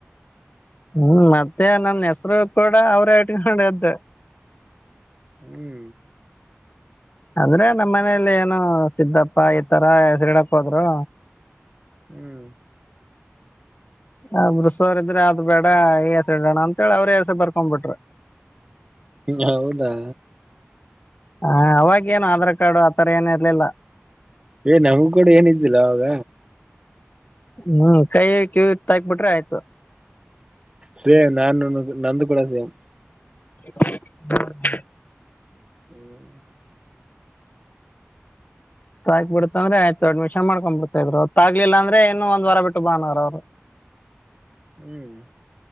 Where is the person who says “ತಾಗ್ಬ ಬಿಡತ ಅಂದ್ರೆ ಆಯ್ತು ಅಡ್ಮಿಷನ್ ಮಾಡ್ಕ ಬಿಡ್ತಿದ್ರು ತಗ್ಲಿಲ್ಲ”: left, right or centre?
Left